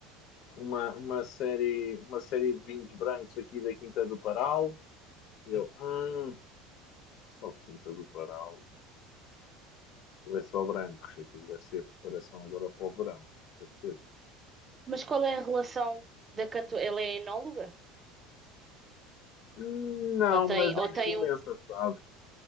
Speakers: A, on the left; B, on the right.
A: uma, uma série, uma série de vinhos brancos aqui da Quinta do Paral. E eu, ah, só Quinta do Paral. Ele é só brancos, aquilo deve ser a preparação agora para o verão, com certeza.
B: mas qual é a relação da cantora? Ela é enóloga?
A: Não,
B: Ou tem,
A: mas
B: ou
A: é
B: tem
A: influencer,
B: um.
A: sabes?